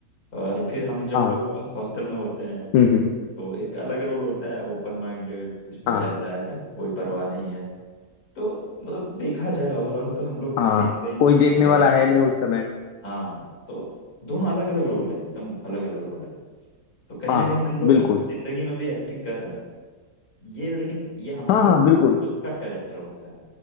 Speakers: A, on the left; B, on the left.
A: और फिर हम जब
B: हाँ।
A: लोग हॉस्टल में होते हैं
B: हुँ, हुँ।
A: तो एक अलग रोल होता है ओपन माइंडेड कुछ भी
B: हाँ,
A: चल रहा है कोई परवाह नहीं है तो मतलब देखा जाए ओवरऑल तो हम लोग
B: हाँ।
A: कहीं ना कहीं
B: कोई देखने वाला
A: अ,
B: है नहीं उस समय।
A: हाँ तो दोनों अलग अलग रोल है एकदम अलग अलग रोल है तो कहीं
B: हाँ,
A: ना कहीं हम लोग
B: बिल्कुल।
A: अपनी जिंदगी में भी एक्टिंग कर रहे हैं ये लेकिन ये हमारा
B: हाँ, हाँ,
A: अपना
B: बिल्कुल।
A: खुद का कैरेक्टर होता है